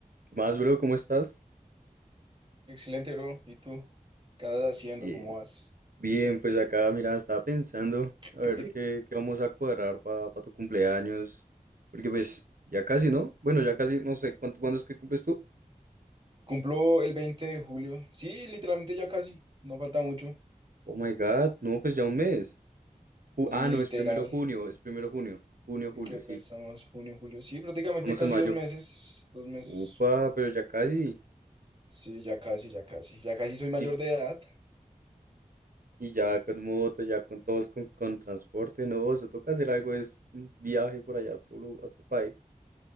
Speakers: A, on the right; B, on the right.
A: ¿Qué más, bro? ¿Cómo estás?
B: Excelente, bro. ¿Y tú? ¿Qué andas haciendo?
A: Bien.
B: ¿Cómo vas?
A: Bien, pues acá, mira, estaba pensando
B: Ok.
A: a ver qué, qué vamos a cuadrar para tu cumpleaños. Porque pues ya casi, ¿no? Bueno, ya casi, no sé, ¿cuánto, cuándo es que cumples tú?
B: Cumplo el 20 de julio. Sí, literalmente ya casi. No falta mucho.
A: Oh my God, no, pues ya un mes. Ju-
B: Literal.
A: ah, no, es primero junio, es primero junio. Junio, julio,
B: ¿En qué
A: sí.
B: mes estamos? Junio, julio. Sí, prácticamente
A: Vamos
B: casi
A: en mayo.
B: dos meses. Dos meses.
A: Upa, pero ya casi.
B: Sí, ya casi, ya casi. Ya casi soy mayor
A: Y,
B: de edad.
A: y ya con moto, ya con todos, con, con transporte, no, se toca hacer algo, es un viaje por allá a otro, lu- a otro país.